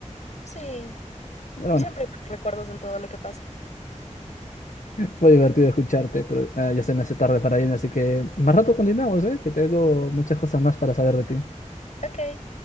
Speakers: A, on the left (about 65°); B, on the left (about 80°).
A: Sí,
B: Bueno, bueno.
A: siempre hay recuerdos en todo lo que pasa.
B: Fue divertido escucharte, pero ah, ya se me hace tarde para irme, así que más rato continuamos, ¿eh? Que tengo muchas cosas más para saber de ti.
A: Ok.